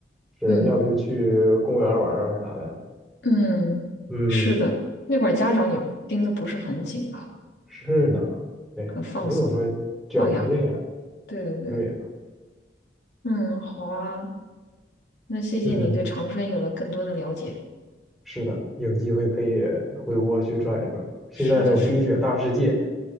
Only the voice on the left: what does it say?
嗯
嗯，
是的，那会儿家长也盯的不是很紧吧，
很放松，
放羊。对对对，
嗯，好啊。那谢谢你对长春有了更多的了解。
是的，是的。